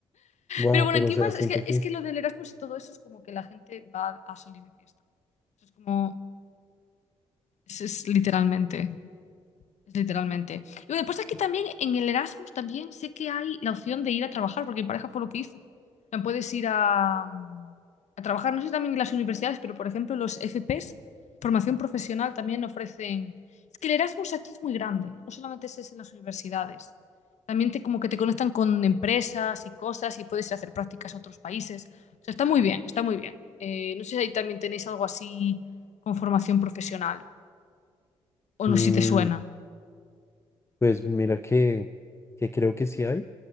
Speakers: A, on the left; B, on the left.
A: wow,
B: Pero bueno,
A: pero
B: aquí
A: o sea,
B: más,
A: siento
B: es que,
A: que,
B: es que lo del Erasmus y todo eso es como que la gente va a salir de fiesta. Es como, es es literalmente. Literalmente. Y bueno, después aquí también, en el Erasmus también sé que hay la opción de ir a trabajar, porque mi pareja fue lo que hizo. O sea, Puedes ir a, a trabajar, no sé si también en las universidades, pero por ejemplo los FPs, formación profesional, también ofrecen... Es que el Erasmus aquí es muy grande, ¿eh? No solamente es en las universidades. También te, como que te conectan con empresas y cosas y puedes ir a hacer prácticas a otros países. O sea, está muy bien, está muy bien. Eh, no sé si ahí también tenéis algo así con formación profesional o no,
A: mm,
B: si te suena.
A: pues mira que, que creo que sí hay,